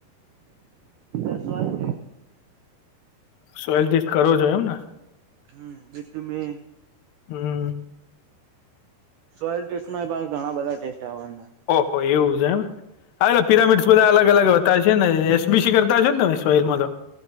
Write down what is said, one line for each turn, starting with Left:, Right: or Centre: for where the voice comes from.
Right: એસોય
Left: સોલ કરો જોો એમને
Right: હમ બું મેન
Left: હમ
Right: સોયલ ટેસ્ટ ઘણા બધા ટેસ્ટ આવવા
Left: ઓહ એવું છે એમ હ એટ પિરામિડ બધા અલગ અલગ હતાતા હ છે ને એસબીસી કરતા હશે ને તમે સોલમાં તો